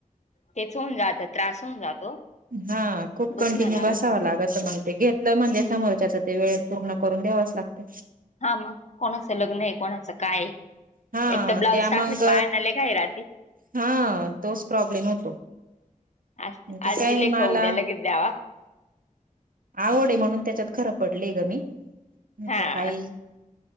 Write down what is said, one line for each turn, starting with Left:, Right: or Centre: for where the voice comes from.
Left: तेच होऊन जात त्रास होऊन जातो
Right: हा खूप
Left: दुखन
Right: कंटिन्यू
Left: लागून
Right: बसावं
Left: जात.
Right: लागत मग ते घेतलं म्हणजे समोरच्याच ते वेळत पूर्ण करून द्यावाच लागत.
Left: हा मग कोणाचं लग्न आहे कोणाचं काय आहे.
Right: हा
Left: एक तर ब्लाउज
Right: त्या
Left: टाकली
Right: मग
Left: की बायांना लय घाई राहती.
Right: हा तोच प्रॉब्लेम होतो.
Left: आज
Right: म्हणजे
Left: आज
Right: काय
Left: दिले
Right: मला
Left: का उद्या लगेच द्यावा.
Right: आवड आहे म्हणून त्याच्यात खरं पडलेय ग मी
Left: हा
Right: तर काय.